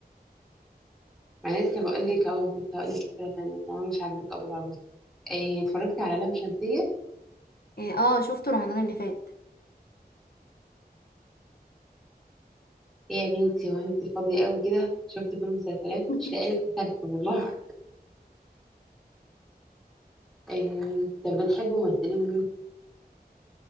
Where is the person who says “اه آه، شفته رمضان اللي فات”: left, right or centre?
Left